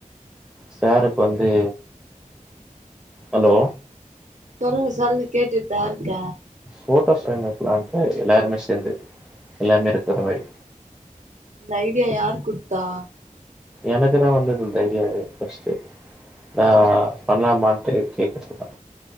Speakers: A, in the centre; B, on the right.
A: சாருக்கு வந்து ஹலோ
B: சொல்லு சொல்லு கேடுட்தா இருக்க
A: போட்டோ ஃப்ரேம் வக்கலான்டு எல்லாருமே சேர்ந்து எல்லருாமே இருக்கிற மாரி
B: இந்த ஐடியா யார் குடுத்தா
A: எனக்கு தா வந்தது இந்த ஐடியாவே ஃபர்ஸ்டு நா பண்லாமான்ட்டு கேக்கரதுக்குதா